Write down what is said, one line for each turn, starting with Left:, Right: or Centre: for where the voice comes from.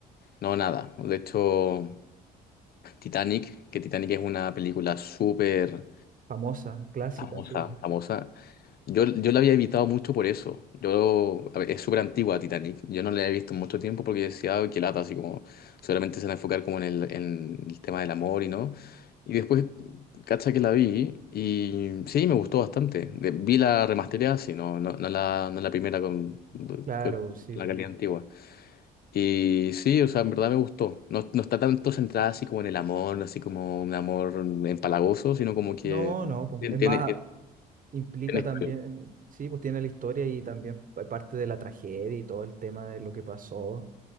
Left: No, nada. De hecho, Titanic, que Titanic es una película súper
Right: famosa, clásica,
Left: famosa,
Right: sí.
Left: famosa. Yo, yo la había evitado mucho por eso. Yo, a ver, es súper antigua Titanic. Yo no la he visto en mucho tiempo porque decía, "Ay, qué lata, así como solamente se van a enfocar como en el, en el tema del amor y no. Y después, cacha que la vi y sí, me gustó bastante. De- vi la remasterizada, sí, no, no, no la, no la primera con,
Right: Claro,
Left: con
Right: sí.
Left: la
Right: pues.
Left: calidad antigua. Y sí, o sea, en verdad me gustó. No, no está tanto centrada así como en el amor, así como un amor empalagoso, sino como que
Right: No, no, pues.
Left: tiene,
Right: Es
Left: tiene,
Right: más, Implica
Left: tiene
Right: también, sí, pues tiene la historia y también pa- parte de la tragedia y todo el tema de lo que pasó.